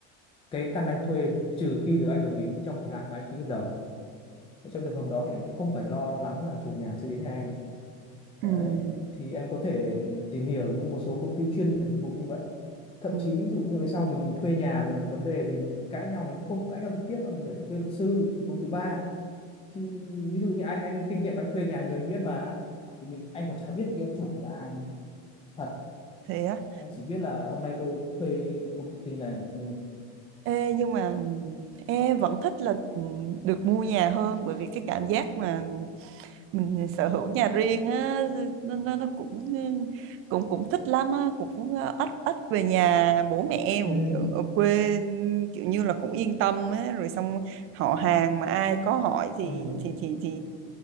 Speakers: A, on the left; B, on the right.
A: cái căn anh thuê trừ khi được anh đồng ý trong thời hạn mà anh ký hợp đồng trong trường hợp đó thì em sẽ không phải lo lắng là chủ nhà sẽ đến nhà em Đấy,
B: ừ
A: thì em có thể ừ, tìm hiểu những một số công ty chuyên về dịch vụ như vậy. Thậm
B: ừ
A: chí ví dụ như về sau mình mình thuê nhà mình có vấn đề gì mình, mình cãi nhau mình cũng không cãi nhau trực tiếp đâu mình phải thuê luật sư một con thứ ba chứ ví dụ như anh anh kinh nghiệm anh thuê nhà nhiều anh biết mà mình, anh còn chả biết cái ông chủ là ai thật
B: thế á
A: anh chỉ biết là hôm nay tôi thuê công ty này ừ,
B: Ê, nhưng mà em vẫn thích là được mua nhà hơn bởi vì cái cảm giác mà mình sở hữu nhà riêng á nó nó, nó cũng cũng cũng thích lắm á cũng ờ, ít ít về nhà bố mẹ em
A: ừ,
B: ở, ở quê kiểu như là cũng yên tâm á rồi xong họ hàng mà ai có hỏi thì
A: ừ,
B: thì thì thì